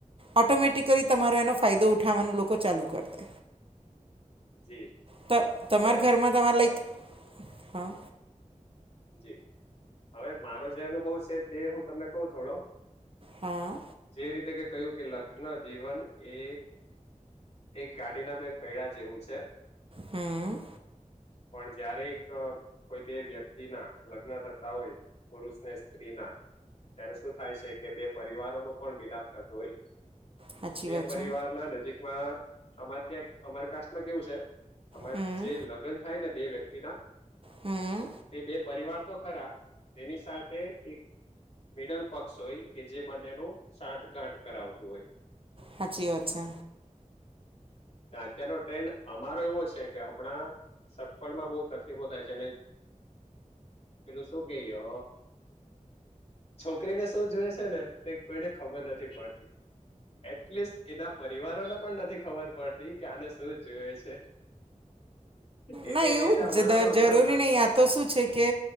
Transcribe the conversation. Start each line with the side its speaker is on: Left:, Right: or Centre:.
Right: ઓટોમેટિકલી તમારો એનો ફાયદો ઊઠવાનું લોકો ચાલુ કર દે
Left: જી
Right: ત, તમાર
Left: હવે
Right: ઘરમાં તમારે લાઈક, હા
Left: જી, હવે મારો જે અનુભવ છે, તે હું તમને કઉ થોડો
Right: હા
Left: જે રીતે કે કહ્યું કે, લગ્ન જીવન એ એક ગાડીના બે પૈડા જેવું છે.
Right: હમ
Left: પણ જયારે એક.. કોઈ બે વ્યક્તિ ના લગ્ન થતા હોય, પુરુષને સ્ત્રી ના ત્યારે શું- થાય સે કે બે પરિવારો નું પણ મિલાપ થતું હોય,
Right: સાચી
Left: બે
Right: વાત
Left: પરિવાર
Right: છે
Left: ના નજીક માં, અમાર ત્યાં અમાર કાસ્ટમાં કેવું છે અમારે
Right: હમ
Left: જે લગન થાય ને બે વ્યક્તિ ના
Right: હમ્મ
Left: એ બે પરિવાર તો ખરા, તેની સાથે એક મિડલ પક્ષ હોય કે, જે બંને નો સાંઠ ગાંઠ કરાવતું હોય.
Right: હાચી વાત છે.
Left: ને અત્યારનો ટ્રેન્ડ અમારો એવો છે, કે હમણાં સગપણ માં બઉ તકલીફો થાય છે ને પેલું શું કે ય... છોકરીને શું જોઈએ છે ને, એ કોઈને ખબર નથી પડતી એટલીસ્ટ એના પરિવારોને પણ નથી ખબર પડતી કે, આને શું જોઇએ છે. એટલે
Right: ના, એવું
Left: એ રીતે
Right: જ
Left: અમારામાં
Right: જરૂરી
Left: હમણાં
Right: નહી, આ તો શું છે કે